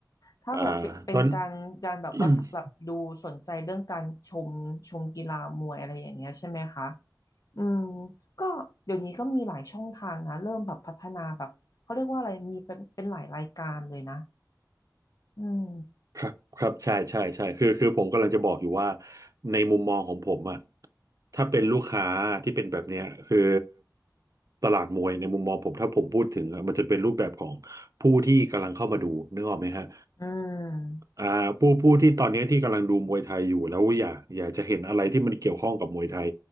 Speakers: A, on the left; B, on the right.
A: ถ้าเกิดเป็นเป็นการการแบบว่าแบบดูสนใจเรื่องการชมชมกีฬามวยอะไรอย่างเงี้ยใช่ไหมคะ
B: อ่าตอน <coughs>
A: อืมก็เดี๋ยวนี้ก็มีหลายช่องทางนะเริ่มแบบพัฒนาแบบเขาเรียกว่าอะไรมีเป็นเป็นหลายรายการเลยนะอืม
B: ครับครับใช่ใช่ใช่คือคือผมกำลังจะบอกอยู่ว่าในมุมมองของผมอะถ้าเป็นลูกค้าที่เป็นแบบเนี้ยคือตลาดมวยในมุมมองผมถ้าผมพูดถึงอะมันจะเป็นรูปแบบของผู้ที่กำลังเข้ามาดูนึกออกไหมฮะ
A: อืม
B: อ่าผู้ผู้ที่ตอนนี้ที่กำลังดูมวยไทยอยู่แล้วอยากอยากจะเห็นอะไรที่มันเกี่ยวข้องกับมวยไทย